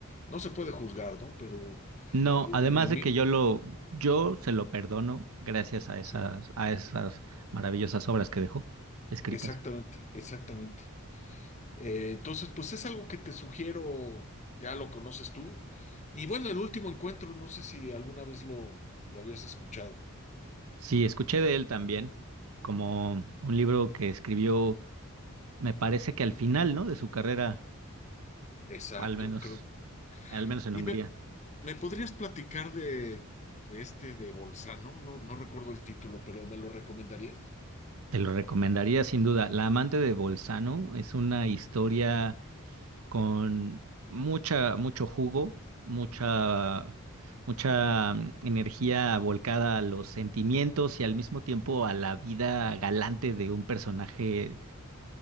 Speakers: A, on the left; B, on the right.
A: no se puede juzgar, ¿no? Pero
B: No,
A: pues,
B: además
A: en
B: de
A: mí,
B: que yo lo, yo se lo perdono gracias a esas,
A: sí.
B: a esas maravillosas obras que dejó escritas.
A: Exactamente, exactamente. Eh, entonces, pues es algo que te sugiero, ya lo conoces tú. Y bueno, el último encuentro, no sé si alguna vez lo, lo habías escuchado.
B: Sí, escuché de él también, como un libro que escribió me parece que al final, ¿no? De su carrera,
A: Exacto,
B: al menos,
A: creo.
B: al menos en
A: Y
B: Hungría.
A: me ¿Me podrías platicar de, de este de Bolzano? No, no no recuerdo el título, pero ¿me lo recomendarías?
B: Te lo recomendaría sin duda. La amante de Bolzano es una historia con mucha, mucho jugo, mucha, mucha mm, energía volcada a los sentimientos y al mismo tiempo a la vida galante de un personaje